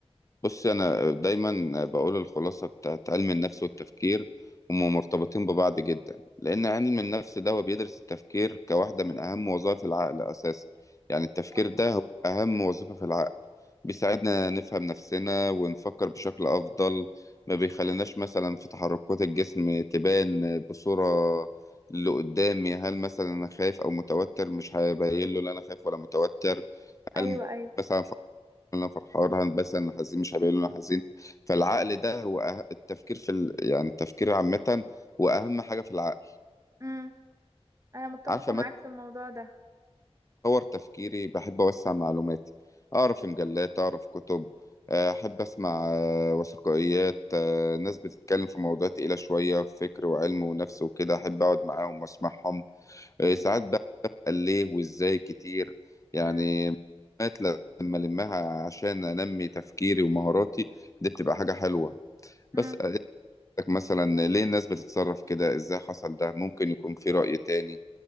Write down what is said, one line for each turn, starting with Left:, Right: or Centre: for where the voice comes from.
Left: بص انا دايما بقول الخلاصه بتاعت علم النفس والتفكير هم مرتبطين ببعض جدا لان علم النفس ده هو بيدرس التفكير كواحده من اهم وظائف العقل اساسا يعني التفكير
Right: اه
Left: ده هو اهم وظيفه في العقل بيساعدنا نفهم نفسنا ونفكر بشكل افضل ما بيخليناش مثلا في تحركات الجسم تبان بصوره اللي قدامي هل مثلا انا خايف او متوتر مش هبين له ان انا خايف ولا متوتر
Right: ايوه
Left: هل
Right: ايوه
Left: مثلا انا فرحان هندبسط انا حزين مش هبقى انا حزين فالعقل ده هو أه... التفكير في ال... يعني التفكير عامة هو اهم حاجة في العقل
Right: امم انا متفقة
Left: عارفة
Right: معاك
Left: مثلا
Right: في الموضوع ده
Left: اطور تفكيري بحب اوسع معلوماتي اقرا في مجلات اقرا في كتب آه، احب اسمع آه، وثائقيات آه، ناس بتتكلم في مواضيع تقيلة شوية فكر وعلم ونفس وكده احب اقعد معاهم واسمعهم
Right: امم
Left: آه، ساعات بقى بسأل ليه وازاي كتير يعني
Right: امم
Left: معلومات لما لمها عشان انمي تفكيري ومهاراتي دي بتبقى حاجة حلوة
Right: امم
Left: بس اسألك مثلا ليه الناس بتتصرف كده ازاي حصل ده ممكن يكون في رأي تاني